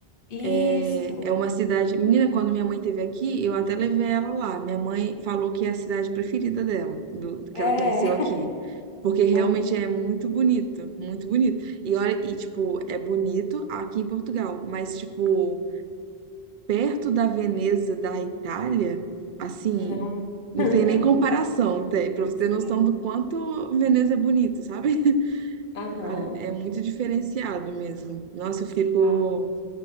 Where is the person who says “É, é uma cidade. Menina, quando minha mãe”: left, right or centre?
Right